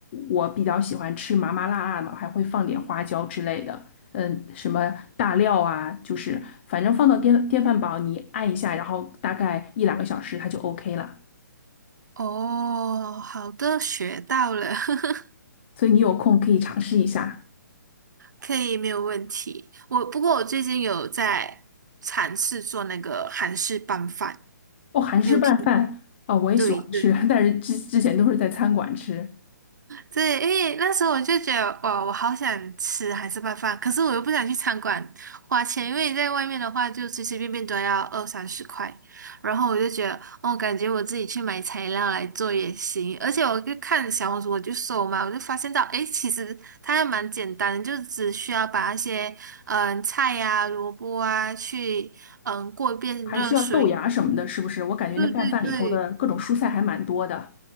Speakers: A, on the left (about 40°); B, on the right (about 70°).
A: 我比较喜欢吃麻麻辣辣的，还会放点花椒之类的。嗯，什么大料啊，就是反正放到电电饭煲，你按一下，然后大概一两个小时它就 OK 了。
B: 哦，好的，学到了，<laughs>
A: 所以你有空可以尝试一下。
B: 可以，没有问题。我不过我最近有在尝试做那个韩式拌饭，
A: 哦，韩式拌饭啊，
B: 六有听？
A: 我也喜欢吃，
B: 对对。
A: <laughs> 但是之之前都是在餐馆吃，
B: 对，因为那时候我就觉得，哇，我好想吃海式拌饭，可是我又不想去餐馆花钱，因为在外面的话就随随便便都要二三十块，然后我就觉得，哦，感觉我自己去买材料来做也行，而且我就看小红书，我就搜嘛，我就发现到，诶，其实它还蛮简单的，就只需要把那些嗯、菜呀、萝卜啊去嗯、过一遍热水，
A: 还需要豆芽什么的，是不是？我感觉那拌饭里头的各种蔬菜还蛮多的。
B: 对对对。